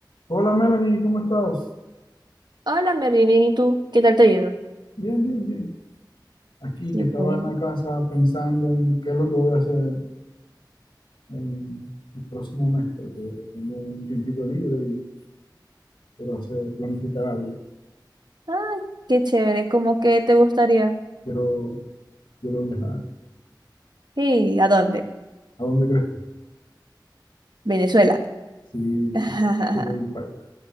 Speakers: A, on the left (about 80°); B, on the right (about 65°).
A: Hola Melanie, ¿cómo estás?
B: Hola, Mary, bien, ¿y tú? ¿Qué tal te ha ido?
A: Bien, bien, bien. Aquí
B: Y
A: que estaba
B: bueno,
A: en la casa pensando en qué es lo que voy a hacer en el próximo mes, porque tengo un tiempito libre y quiero hacer, planificar algo.
B: Ay, qué chévere, ¿cómo que te gustaría?
A: Quiero, quiero viajar.
B: Sí, a dónde?
A: ¿A dónde crees tú?
B: Venezuela.
A: Sí,
B: <laughs>
A: quiero, quiero ir para allá.